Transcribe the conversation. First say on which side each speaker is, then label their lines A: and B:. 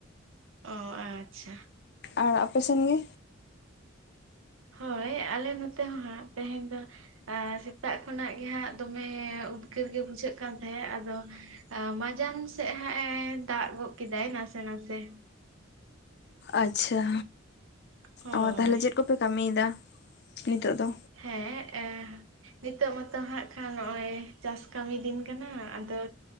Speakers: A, on the right; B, on the left.
A: ᱚ ᱮᱸ ᱟᱪᱪᱷᱟ᱾
B: ᱟᱨ ᱟᱯᱮ ᱥᱮᱱ ᱜᱮ?
A: ᱦᱳᱭ ᱟᱞᱮ ᱱᱚᱛᱮ ᱦᱚᱸ ᱦᱟᱸᱜ ᱛᱮᱦᱮᱧ ᱫᱚ ᱟᱨ ᱥᱮᱛᱟᱜ ᱠᱷᱚᱱᱟᱜ ᱜᱮ ᱦᱟᱸᱜ ᱫᱚᱢᱮ ᱩᱫᱽᱜᱟᱹᱨ ᱜᱮ ᱵᱩᱡᱷᱟᱹᱜ ᱠᱟᱱ ᱛᱟᱦᱮᱸᱫ ᱟᱫᱚ ᱟ ᱢᱟᱡᱟᱱ ᱥᱮᱫ ᱦᱟᱸᱜ ᱮ ᱫᱟᱜ ᱜᱚᱫ ᱠᱮᱫᱟᱭ ᱱᱟᱥᱮ ᱱᱟᱥᱮ ᱾
B: ᱟᱪᱪᱷᱟ,
A: ᱦᱳᱭ
B: ᱚ ᱛᱟᱦᱚᱞᱮ ᱪᱮᱫ ᱠᱚᱯᱮ ᱠᱟᱹᱢᱤᱭᱮᱫᱟ ᱱᱤᱛᱚᱜ ᱫᱚ?
A: ᱦᱮᱸ <unintelligible> ᱱᱤᱛᱚᱜ ᱢᱟᱛᱚ ᱦᱟᱸᱜ ᱠᱷᱟᱱ ᱱᱚᱜᱼᱚᱭ ᱪᱟᱥ ᱠᱟᱹᱢᱤ ᱫᱤᱱ ᱠᱟᱱᱟ, ᱟᱫᱚ